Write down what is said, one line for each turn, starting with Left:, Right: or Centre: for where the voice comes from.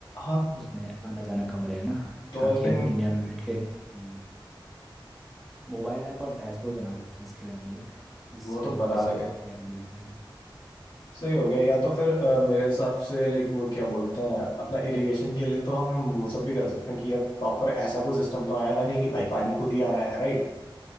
Left: हाँ
Centre: उसमें आना जाना कम रहे ना
Left: तो
Centre: ताकि
Left: आई थिंक
Centre: हम इंडिया में बैठ के हम्म, मोबाइल ऐप और डैशबोर्ड बना सकते हैं इसके लिए हम एक जिससे
Left: वो तो बना
Centre: वॉइस
Left: लगे
Centre: सपोर्ट वगैरह मिल जाए
Left: सही हो गया या तो फिर अ, मेरे हिसाब से लाइक वो क्या बोलते हैं अपना इरिगेशन के लिए तो हम वो सब भी कर सकते हैं कि यार प्रॉपर ऐसा कोई सिस्टम तो आएगा नहीं कि भाई पानी खुद ही आ रहा है राइट